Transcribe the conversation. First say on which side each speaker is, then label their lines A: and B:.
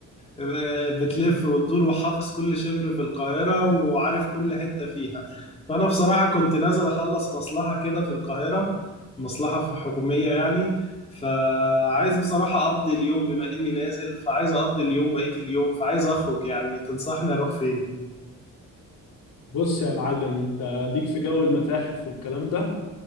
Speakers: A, on the left (about 20°); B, on the left (about 75°).
A: آه، بتلف وتدور وحافظ كل شبر في القاهرة وعارف كل حتة فيها فانا بصراحة كنت نازل اخلص مصلحة كده في القاهرة مصلحة في- حكومية يعني فعايز بصراحة اقضي اليوم بما اني نازل فعايز اقضي اليوم بقية اليوم فعايز اخرج يعني تنصحني اروح فين
B: بص يا معلم انت ليك في جو المتاحف والكلام ده